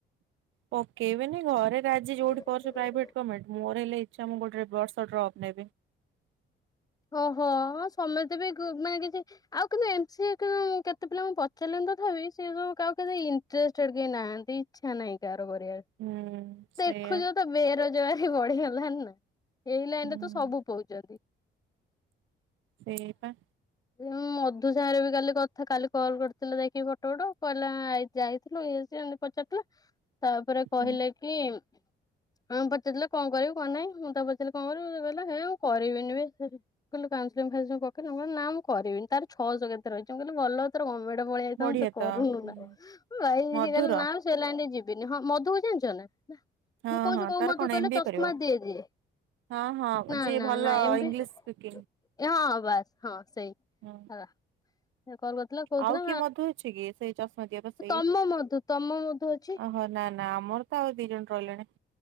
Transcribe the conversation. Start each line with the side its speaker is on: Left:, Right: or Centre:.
Right: ପକେଇବବେନି ଘରେ ରାଜି
Left: ପାଇଁ?
Right: ଯୋଉଠି କରୁଛ ପ୍ରାଇଭେଟ୍, ଗୋଭେଣ୍ଟ ମୋର ହେଲେ ଇଛା ମୁଁ ଗୋଟେ ବର୍ଷ ଡ୍ରପ୍ ନେ
Left: ଓହୋ! ହଁ, ସମସ୍ତେ ବି ମାନେ କିଛି ଆଉ କିନ୍ତୁ ଏମ ସିଏ କେତେ ପିଲା ମୁ ପଚାରିଲି ତଥାବି ସେ ସବୁ କାହାକୁ କେଜାଣି ଇଣ୍ଟ୍ରେଷ୍ଟଏଡ୍ କେହି ନାହାନ୍ତି ଇଛା ନାହିଁ କାହାର
Right: ହୁଁ
Left: ଦେଖୁଛ
Right: ସେଇଆ
Left: ତ ବେରୋଜଗାରୀ ବଢିଗଲାଣି ନା, ଏଇ ଲାଇନ
Right: ହୁଁ
Left: ରେ ତ ସବୁ ପୋହୁଛନ୍ତି।
Right: ସେଇଆ ପା
Left: ହୁଁ ମଧୁ ସାଙ୍ଗରେ ବି କାଲି କଥା କାଲି କଲ୍ କରିଥିଲେ ଯାଇକି ଫଟୋ ଫଟ କହିଲା ଯାଇଥିଲୁ ଇଏ ସିଏ ଏମିତି ପଚାରି ତାପରେ କହିଲେ
Right: ହୁଁ
Left: କି ମାମୁଁ ପଚାରିଲେ କଣ କରିବୁ କଣ ନାହିଁ ମୁଁ ତାକୁ ପଚାରିଲି କଣ କରିବି ସେ କହିଲା ହେ କରିବିନି ବେ କହିଲ ନା ମୁ କରିବିନି ତାର ଛଅଶହ କେତେ ରହିଛି ମୁଁ କହିଲି ଭଲ ତୋର ଗମେଣ୍ଟ ପଳେଇ ଆଇଥାନ୍ତା
Right: ବଢିଆ
Left: ତୁ କରୁନୁ
Right: ତ ହୁଁ
Left: ନା ଭାଇ
Right: ମଧୁର
Left: ସେ କହିଲା ନା ମୁ ସେଇ ଲାଇନ୍ ରେ ଯିବିନି ହଁ, ମଧୁକୁ ଜାଣିଛ ନା, ନା
Right: ହଁ
Left: ମୁଁ କହୁଛି
Right: ହଁ
Left: କୋଉ
Right: ତାର
Left: ମଧୁ
Right: କଣ
Left: କହିଲ
Right: ଏମ ବି
Left: ଚଶମା
Right: ଏ କରିବ?
Left: ଦିଏ ଯିଏ?
Right: ହଁ, ହଁ
Left: ନା
Right: ଯିଏ
Left: ନା
Right: ଭଲ
Left: ନା ଏମପି
Right: ଇଂଲିଶ ଶି
Left: ହଁ, ବାସ୍ ହଁ, ସେଇ
Right: ହଁ
Left: ହେଲା। ସେ କଲ୍ କରିଥିଲା କହୁଥିଲା
Right: ଆଉ କିଏ ମଧୁ ଅଛି କି ସେଇ ଚଷମା ଦିଆ ବା ସେଇ
Left: ତମ ମଧୁ ତମ ମଧୁ ଅଛି
Right: ଓହୋ ନା ନା, ନା ଆମର ତ ଆଉ ଦି ଜଣ ରହିଲେଣି